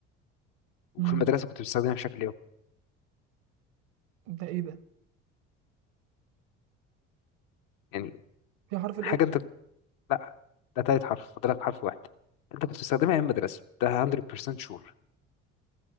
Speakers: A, on the left (about 65°); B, on the right (about 70°).
A: وفي
B: امم
A: المدرسه كنت بتستخدمها بشكل يومي
B: ده ايه ده
A: يعني
B: فيها حرف الاتش
A: حاجه انت لا ده تالت حرف فاضلك حرف واحد انت كنت بتستخدمها ايام المدرسه ده 100% شور